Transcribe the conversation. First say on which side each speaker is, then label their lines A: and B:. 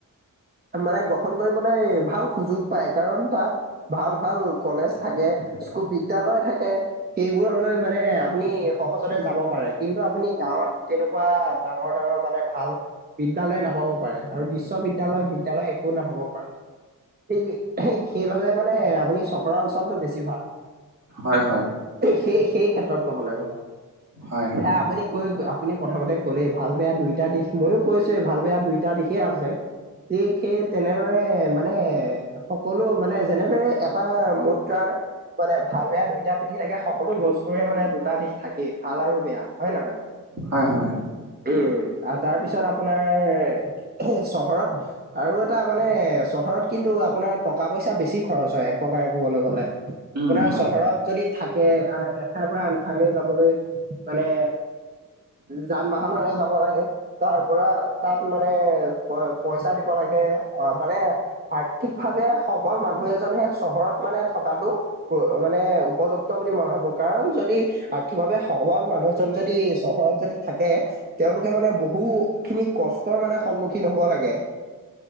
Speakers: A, on the right; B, on the right.
A: মানে গ্ৰহণ কৰিবলৈ ভাল সুযোগ পায় কাৰণ তাত ভাল ভাল কলেজ থাকে স্কুল বিদ্যয়ালয় থাকে সেইবোৰলৈ মানে আপুনি সহজতে যাব পাৰে কিন্তু আপুনি গাঁৱত তেনেকুৱা ডাঙৰ ডাঙৰ মানে ভাল বিদ্যালয় নাপাব পাৰে। আৰু বিশ্ববিদ্যালয় বিদ্যালয় একো নাপাব পাৰে। সেই সেইবাবে মানে আপুনি চহৰৰ অঞ্চলটো বেছি ভাল।
B: হয়
A: সেই সেই ক্ষেত্ৰত কবলৈ গ'লে।
B: হয়
A: এ আপুনি কৈ আপুনি প্ৰথমতে ক'লেই ভাল বেয়া দুইটা দিশ মইয়ো কৈছোৱে ভাল বেয়া দুইটা দিশে আছে, ঠিক সেই তেনেদৰে মানে সকলো মানে যেনেদৰে এটা মুদ্ৰাৰ মানে ভাল বেয়া দুইটা পিঠি থাকে সকলো বস্তুৰে মানে দুটা দিশ থাকেই ভাল আৰু বেয়া হয় নহয়
B: হয় হয়।
A: উম আৰু তাৰপিছত আপোনাৰ চহৰত আৰু এটা মানে চহৰত কিন্তু আপোনাৰ টকা পইচা বেছি খৰচ হয় এক প্ৰকাৰে ক'বলৈ গ'লে।
B: উম
A: আপোনাৰ
B: হয়
A: চহৰত যদি থাকে আহ এঠাইৰ পৰা আনঠাইলৈ যাবলৈ মানে যান বাহনৰৰে যাব লাগে। তাৰ পৰা তাত মানে পইচা দিব লাগে অ মানে আৰ্থিক ভাৱে সবল মানুহ এজনেহে চহৰত মানে থকাটো মানে উপযুক্ত বুলি মই ভাবো কাৰণ যদি আৰ্থিকভাৱে সবল মানুহ এজন যদি চহৰত যদি থাকে তেওঁলোকে মানে বহু খিনি কষ্টৰ মানে সন্মুখীন সম্মুখীন হ'ব লাগে